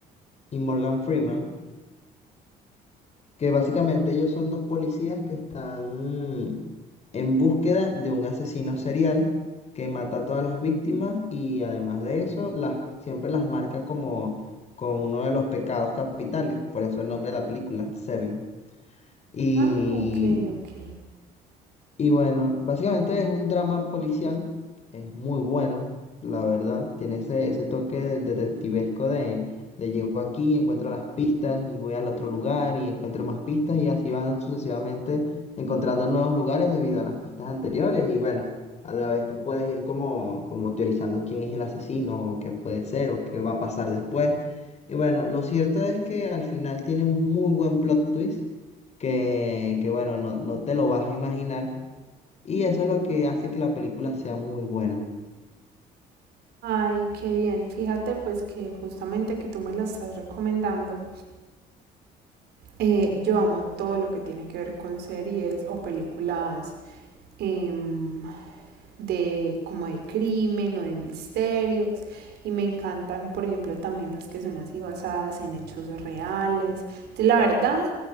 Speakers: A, on the left (about 40°); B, on the right (about 75°).
A: y Morgan Freeman. que básicamente ellos son dos policías que están en búsqueda de un asesino serial que mata a todas las víctimas y además de eso las, siempre las marca como con uno de los pecados capitales, por eso el nombre de la película, Seven. y
B: Ah, ok, ok.
A: y bueno, básicamente es un drama policial, es muy bueno, la verdad, tiene ese, ese toque de- detectivesco de, de llego aquí, encuentro las pistas y voy al otro lugar y encuentro más pistas y así van sucesivamente encontrando nuevos lugares debido a las pistas anteriores y bueno, a la vez tú puedes ir como, como teorizando quién es el asesino o qué puede ser o qué va a pasar después. Y bueno, lo cierto es que al final tiene un muy buen plot twist que, que bueno, no, no te lo vas a imaginar. Y eso es lo que hace que la película sea muy buena.
B: Ay, qué bien. Fíjate pues que justamente que tú me la estás recomendando. Eh, yo amo todo lo que tiene que ver con series o películas em, de como de crimen o de misterios y me encantan, por ejemplo, también las que son así basadas en hechos reales. entonces la verdad,